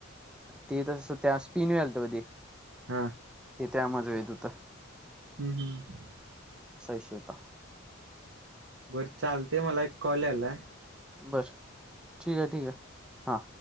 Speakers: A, in the centre; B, on the right.
A: ते तस त्या स्पिन वलत मध्ये
B: <unintelligible>
A: ते त्यामध्येज येत होतं.
B: हम्म हम्म.
A: सविष्वता.
B: बरं चालते मला एक कॉल यायला.
A: बर ठीक आहे ठीक आहे हां.